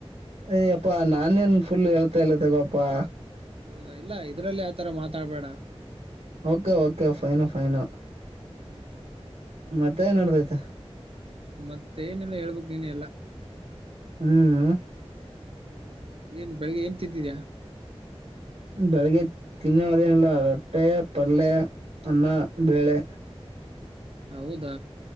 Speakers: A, on the right (about 85°); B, on the right (about 60°).
A: ಅಯ್ಯಪ್ಪಾ ನಾನೇನು ಫುಲ್ ಹೇಳ್ತಾ ಇಲ್ಲ ತಗೋಪಾ
B: ಹೌದಾ ಇಲ್ಲ ಇದ್ರಲ್ಲಿ ಆತರ ಮಾತಾಡ್ಬೇಡ
A: ಓಕೆ ಓಕೆ ಫೈನು ಫೈನು
B: ಹ್ಮ್
A: ಮತ್ತೆ ಏನ್ ನೆಡದೈತೆ
B: ಮತ್ತೆ ಏನೆಲ್ಲ ಹೇಳಬೇಕು ನೀನೆ ಎಲ್ಲ
A: ಹ್ಮ್
B: ಹ್ಮ ಏನ್ ಬೆಳಿಗ್ಗೆ ಏನ್ ತಿಂತಿದೀಯ
A: ಬೆಳಿಗ್ಗೆ ತಿನ್ನೋಅದೇನಿಲ್ಲ ರೊಟ್ಟೆ ಪಲ್ಯ ಅನ್ನ ಬೇಳೆ
B: ಹೌದಾ